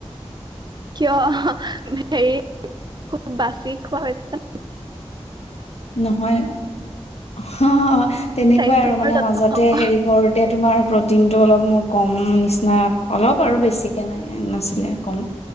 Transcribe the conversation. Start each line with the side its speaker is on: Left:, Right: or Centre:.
Right: কিয় হেৰি খুব বাচি খোৱা হৈছো।
Left: নহয়, অ তেনেকুৱাই
Right: স্বাস্থ্যৰ
Left: আৰু মানে
Right: যত্ন
Left: মাজতে
Right: অ',
Left: হেৰি কৰোতে তোমাৰ প্ৰটিন টো অলপ মোৰ কম নিচিনা অলপ আৰু বেছিকে নাই নাছিলে কম।